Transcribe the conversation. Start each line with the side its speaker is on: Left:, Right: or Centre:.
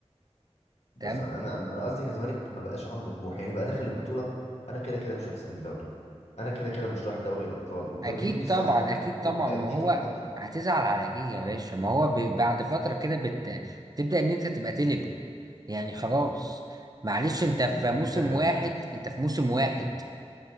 Left: بس
Right: تمام
Left: انا انا انا قصدي ان الزمالك ما بقاش عنده طموح يعني بقى داخل البطوله انا كده كده مش هكسب الدوري انا كده كده مش رايح دوري الابطال والجماهير
Right: اكيد
Left: مش
Right: طبعا
Left: زعلانه
Right: اكيد
Left: وبقت
Right: طبعا ما
Left: دي
Right: هو
Left: طموحاتها
Right: هتزعل على ايه يا باشا ما هو ب... بعد فتره كده بت... بتبدا ان انت تبقى تلب يعني
Left: مم.
Right: خلاص معلش
Left: <laughs>
Right: انت في
Left: ج- جتتك
Right: موسم
Left: بتنحى
Right: واحد انت في موسم واحد